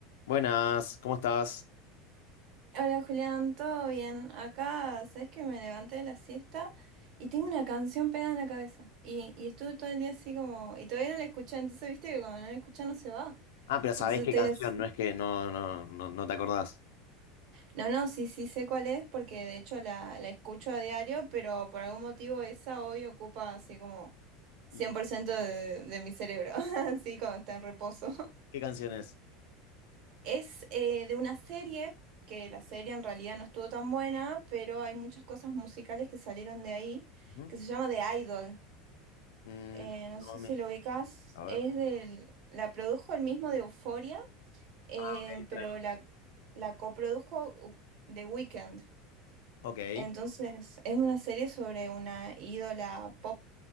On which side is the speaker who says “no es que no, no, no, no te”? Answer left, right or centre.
Left